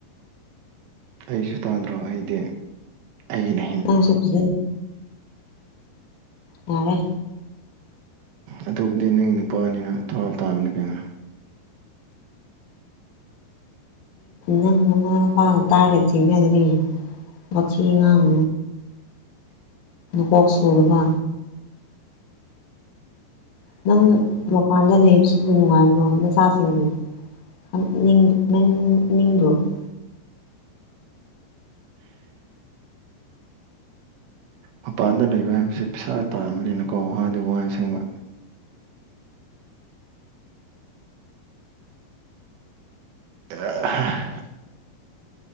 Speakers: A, on the right (about 85°); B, on the left (about 65°).
A: ꯑꯩꯁꯨ ꯇꯥꯟꯗ꯭ꯔꯣ ꯑꯩꯗꯤ ꯑꯩꯒꯤꯅꯦ
B: ꯅꯪꯁꯨꯄꯠꯇꯦ ꯌꯥꯔꯦ
A: ꯑꯗꯨꯕꯨꯗꯤ ꯅꯪ ꯅꯨꯄꯥꯅꯤꯅ ꯊꯋꯥ ꯇꯥꯕꯅꯤ ꯀꯩꯅꯣ
B: ꯅꯪ ꯅꯨꯃꯥ ꯅꯨꯄꯥꯅ ꯇꯥꯔꯒꯦꯠ ꯆꯤꯡꯅꯒꯅꯤ ꯃꯣꯊꯤ ꯑꯉꯥꯡ ꯀꯣꯛ ꯁꯨꯗꯕ ꯅꯪ ꯃꯄꯥꯟꯗ ꯂꯩꯕꯁꯤꯕꯨ ꯅꯨꯡꯉꯥꯏꯕ꯭ꯔꯣ ꯅꯆꯥꯁꯤꯡꯕꯨ ꯕꯣ <inaudible>
A: ꯃꯄꯥꯟꯗ ꯂꯩꯕ ꯍꯥꯏꯕꯁꯤꯦ ꯄꯩꯁꯥ ꯇꯥꯕꯅꯤꯅꯀꯣ ꯋꯥꯥꯗꯤ ꯋꯥ ꯑꯁꯦꯡꯕ <inaudible>